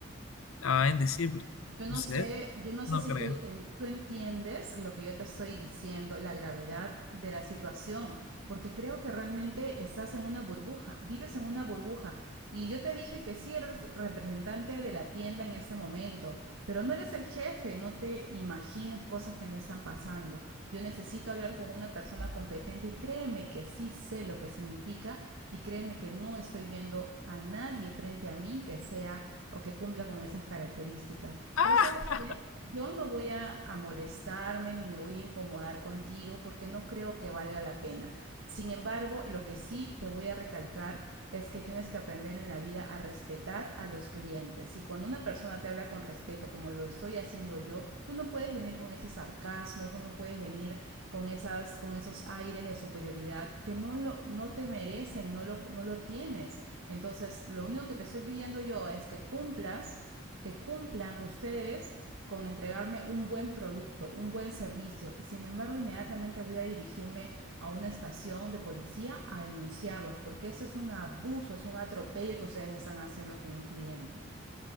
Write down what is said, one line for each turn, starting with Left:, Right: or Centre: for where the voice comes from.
Left: la va a bendecir, porque
Right: Yo no
Left: usted
Right: sé, yo no
Left: no
Right: sé si
Left: cree.
Right: tú, en- tú entiendes lo que yo te estoy diciendo, la gravedad de la situación, porque creo que realmente estás en una burbuja, vives en una burbuja. Y yo te dije que sí eres representante de la tienda en este momento, pero no eres el jefe, no te imagines cosas que no están pasando. Yo necesito hablar con una persona competente y créeme que sí sé lo que significa y créeme que no estoy viendo a nadie frente a mí que sea o que cumpla con esas características.
Left: Ah,
Right: Pero ¿sabes qué? Yo no voy a, a molestarme ni me voy a incomodar contigo porque no creo que valga la pena. Sin embargo, lo que sí te voy a recalcar es que tienes que aprender en la vida a respetar a los clientes. Y cuando una persona te habla con respeto, como lo estoy haciendo yo, tú no puedes venir con ese sarcasmo, tú no puedes venir con esas, con esos aires de superioridad que no lo, no te merecen, no lo, no lo tienes. Entonces, lo único que te estoy pidiendo yo es que cumplas que cumplan ustedes con entregarme un buen producto, un buen servicio, y sin embargo inmediatamente voy a dirigirme a una estación de policía a denunciarlos, porque eso es un abuso, es un atropello que ustedes están haciendo con un cliente.